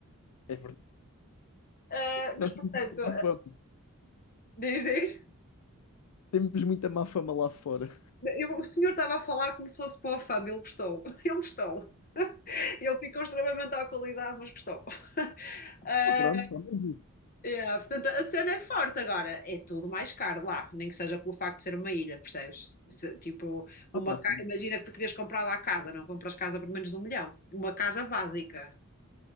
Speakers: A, on the left; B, on the left.
A: É verdade.
B: Uh, mas,
A: Nós
B: portanto,
A: temos muita má fama.
B: Diz, diz.
A: Temos muita má fama lá fora.
B: Eu- o senhor estava a falar como se fosse para a fama, ele gostou. <laughs> Ele gostou. Ele ficou extremamente à qualidade, mas gostou. <laughs> Ah,
A: Ah, pronto, ao menos isso.
B: yeah, Portanto, a cena é forte agora. É tudo mais caro lá, nem que seja pelo facto de ser uma ilha, percebes? Se, tipo, uma
A: Ah, pá,
B: ca-
A: sim.
B: imagina que tu querias comprar lá a casa, não compras casa por menos de um milhão. Uma casa básica.